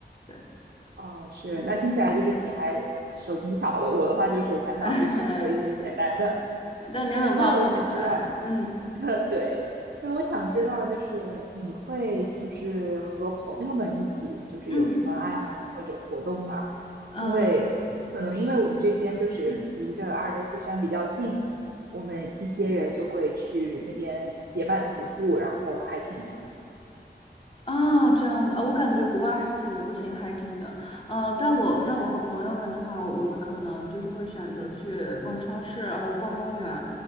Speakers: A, on the left (about 30°); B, on the right (about 80°).
A: 对，
B: 哦是，
A: 嗯，
B: 那听起来就是你还手挺巧的。我的话就是手残党，
A: <laughs>
B: 就只能做一些简单的。
A: 但牛角棒很可爱，
B: 哎，那我想知道，
A: 嗯
B: <laughs> 对，那我想知道，就是你会就是和朋友们一起，就是有什么爱好或者活动吗？
A: 嗯呃
B: 因为可能因为我们这边就是离这个阿尔卑斯山比较近，
A: 嗯
B: 我们一些人就会去那边结伴徒步，然后 hiking 什么的。
A: 啊，这样子啊，我感觉国外还是挺流行 hiking 的，呃，但我但我和朋友们的话，
B: 嗯
A: 我们可能就是会选择去逛超市，然后逛公园，